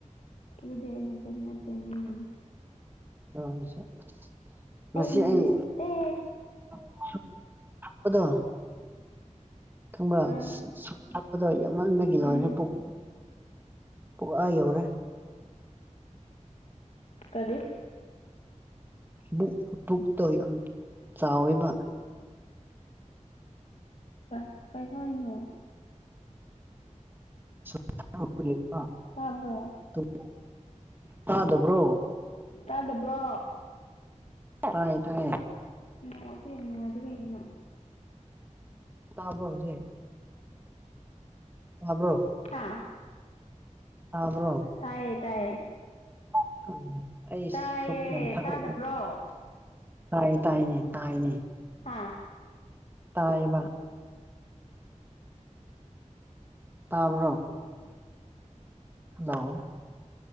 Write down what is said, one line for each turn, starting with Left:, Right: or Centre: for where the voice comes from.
Left: ꯑꯗꯨꯗꯤ ꯑꯩꯅꯗꯤ ꯅꯠꯇꯦ ꯃꯤꯅꯅꯤ꯫
Right: <unintelligible> ꯉꯁꯤ
Left: ꯑꯩꯅ
Right: ꯑꯩ
Left: ꯅꯠꯇꯦ
Right: <unintelligible> ‌ ꯄꯗꯣ ꯈꯪꯕ꯭ꯔꯥ
Left: ꯎꯝ
Right: <unintelligible> ꯌꯥꯝꯃꯟꯕꯒꯤ ꯂꯣꯏꯔꯦ
Left: ꯎꯝ
Right: ꯄꯨꯛ ꯄꯨꯛ ꯑꯥ ꯌꯧꯔꯦ
Left: ꯀꯔꯤ
Right: ꯕꯨꯛ ꯄꯨꯛꯇꯣ ꯌꯥꯝ ꯆꯥꯎꯋꯦꯕ
Left: ꯀꯩ ꯀꯩꯍꯣꯏꯅꯣ
Right: <unintelligible>
Left: ꯇꯥꯕ꯭ꯔꯣ
Right: <unintelligible> ꯇꯥꯗꯕ꯭ꯔꯣ
Left: ꯇꯥꯗꯕ꯭ꯔꯣ
Right: ꯇꯥꯏ ꯇꯥꯏꯌ‌ꯦ
Left: ꯅ‌ꯦꯠꯋꯥꯛꯁ‌ꯦ ꯌꯥꯝ ꯅꯨꯡꯉꯥꯏꯗ‌ꯦ ꯀꯩꯒꯤꯅꯣ
Right: ꯇꯥꯕ꯭ꯔꫭ ꯍꯧꯖꯤꯛ ꯇꯥꯕ꯭ꯔꯣ
Left: ꯍꯥꯥ
Right: ꯇꯥꯕ꯭ꯔꫭ
Left: ꯇꯥꯏꯌꯦ ꯇꯥꯏꯌꯦ
Right: ꯑꯥ ꯑꯩꯁ
Left: ꯇꯥꯏꯌꯦ
Right: ꯁꯨꯞ ꯌꯥꯝ ꯊꯛꯂꯨꯒ‌ꯦ
Left: ꯇꯥꯗꯕ꯭ꯔꯣ
Right: ꯇꯥꯏ ꯇꯥꯏꯅꯦ ꯇꯥꯏꯅꯦ
Left: ꯍꯥꯥ
Right: ꯇꯥꯏꯕ ꯇꯥꯕ꯭ꯔꯣ ꯍꯜꯂꯣ